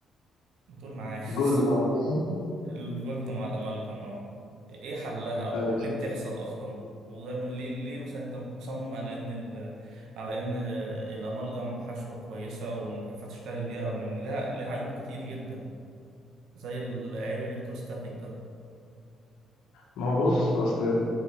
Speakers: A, on the right; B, on the left.
A: ما تقول معايا <laughs>
B: جولد مع الأمازون
A: الجولد مع الأمالجم أه إيه حلها وليه
B: ايوه
A: بتحصل أصلا؟ وده من- ليه ليه مثلا أنت مصمم على إن ال على إن الأمالجم حشوة كويسة وإنك ينفع تشتغل بيها رغم إن لها لها عيوب كتير جدا زي العيب الالكتروستاتيك ده
B: ما هو بص اصل